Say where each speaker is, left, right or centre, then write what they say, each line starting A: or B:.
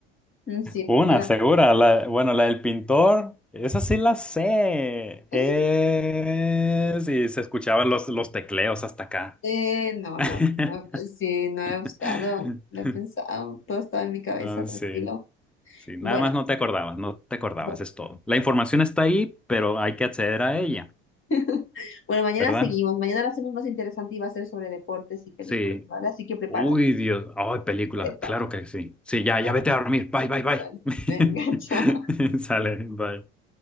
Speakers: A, on the left; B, in the centre.
A: Mm, Sí,
B: Una,
A: he ganado.
B: segura. La- bueno, la del pintor, esa sí la sé.
A: <laughs>
B: Es... Y se escuchaban los, los tecleos hasta acá.
A: Eh, no, no,
B: <laughs>
A: no, sí, no lo he buscado,
B: <laughs>
A: no he pensado, todo estaba en mi cabeza,
B: Ah,
A: tranquilo.
B: sí, sí, nada
A: Bueno,
B: más no te acordabas, no te acordabas,
A: bueno.
B: es todo. La información está ahí, pero hay que acceder a ella,
A: <laughs> Bueno, mañana
B: ¿verdad?
A: seguimos. Mañana la hacemos más interesante y va a ser sobre deportes y películas,
B: Sí.
A: ¿vale? Así que prepárate,
B: Uy, Dios. Ay, película,
A: prepárate.
B: claro que sí. Sí, ya,
A: Vamos,
B: ya vete a dormir. Bye, bye, bye.
A: vale. Venga, <laughs> chao.
B: <laughs> Sale, bye.